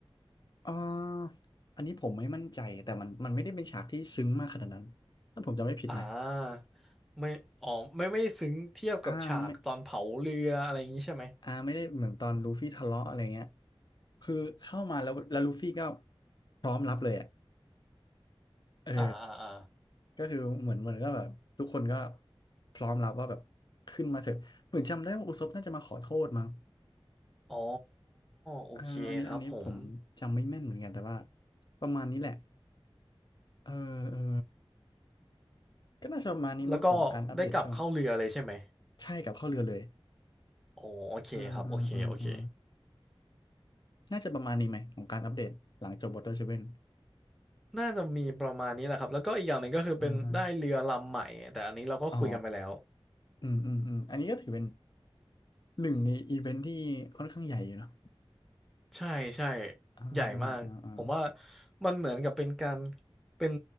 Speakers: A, on the left; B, in the centre.
A: อ่าอันนี้ผมไม่มั่นใจแต่มันมันไม่ได้เป็นฉากที่ซึ้งมากขนาดนั้นถ้าผมจำไม่ผิดนะ
B: อ่าไม่อ๋อไม่ไม่ได้ซึ้งเทียบกับฉากตอนเผาเรืออะไรอย่างนี้ใช่ไหม
A: อ่าไม่อ่าไม่ได้เหมือนตอนลูฟี่ทะเลาะอะไรเงี้ยคือเข้ามาแล้วแล้วลูฟี่ก็พร้อมรับเลยอ่ะเออ
B: อ่าอ่าอ่า
A: ก็คือเหมือนเหมือนก็แบบทุกคนก็พร้อมรับว่าแบบขึ้นมาเถอะเหมือนจำได้ว่าอุซบน่าจะมาขอโทษมั้ง
B: อ๋อโอเคครับผม
A: เอออันนี้อันนี้ผมจำไม่แม่นเหมือนกันแต่ว่าประมาณนี้แหละเออเออก็น่าจะประมาณนี้มั้งของการอัปเดตช่วง
B: แล้วก็ได้กลับเข้าเรือเลยใช่ไหม
A: ใช่กับเข้าวเรือเลย
B: อ๋อโอเคครับโอเคโอเค
A: อ่าอ่าอ่าอ่าน่าจะประมาณนี้ไหมของการอัปเดตหลังจบ Water Seven
B: น่าจะมีประมาณนี้แหละครับแล้วก็อีกอย่างหนึ่งก็คือเป็นได้เรือลำใหม่แต่อันนี้เราก็คุยกันไปแล้ว
A: อ่าอ่าอ๋ออืมอืมอืมอันนี้ก็ถือเป็นหนึ่งในอีเวนท์ที่ค่อนข้างใหญ่อยู่เนาะ
B: ใช่ใช่
A: อ่าอ่าอ่าอ่า
B: ใหญ่มากผมว่ามันเหมือนกับเป็นการเป็น